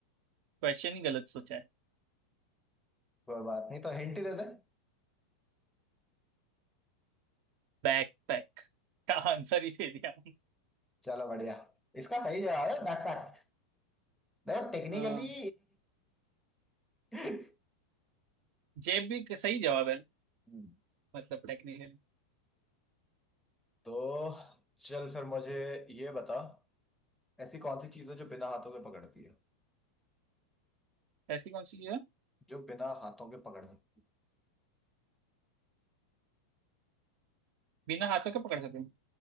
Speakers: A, on the right; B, in the centre.
A: क्वेश्चन ही गलत सोचा है
B: कोई बात नहीं तो हिंट ही दे दे
A: बैक पैक का आंसर ही दे दिया
B: चलो बढ़िया इसका सही जवाब है बैकपैक देखो टेक्निकली
A: हाँ
B: <laughs>
A: जेब भी क- सही जवाब है
B: हम्म।
A: मतलब टेक्निकली
B: तो चल फिर मुझे ये बता ऐसी कौन सी चीज है जो बिना हाथों के पकड़ती है
A: ऐसी कौन सी चीज है
B: जो बिना हाथों के पकड़ सकती है,
A: बिना हाथों के पकड़ सकते हैं